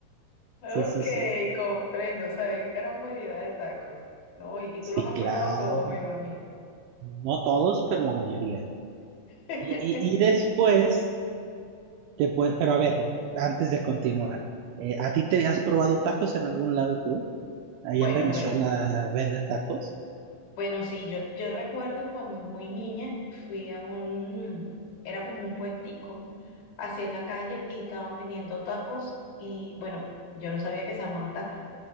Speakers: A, on the left; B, on the right.
A: ok,
B: Sí, sí, sí,
A: comprendo. O sea, hay gran variedad de tacos, ¿no? Y, y
B: sí,
A: tú los has
B: claro.
A: probado todos, me imagino.
B: No todos, pero la mayoría.
A: <laughs>
B: Y, y, y después, te puede, pero a ver, antes de continuar, eh, ¿a ti te has probado tacos en algún lado tú? Allá
A: Bueno,
B: en Venezuela
A: bueno,
B: venden tacos.
A: bueno, sí, yo, yo recuerdo cuando muy niña fui a un, era como un puestico hacia la calle y estaban vendiendo tacos y bueno, yo no sabía que se llamaban tacos.